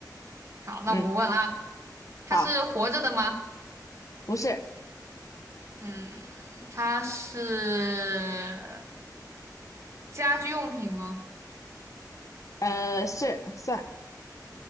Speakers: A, on the right; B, on the left.
A: 好，那我问了啊，
B: 嗯，
A: 它是活着的吗？
B: 好，不是，
A: 嗯，它是家居用品吗？
B: 呃，是蒜，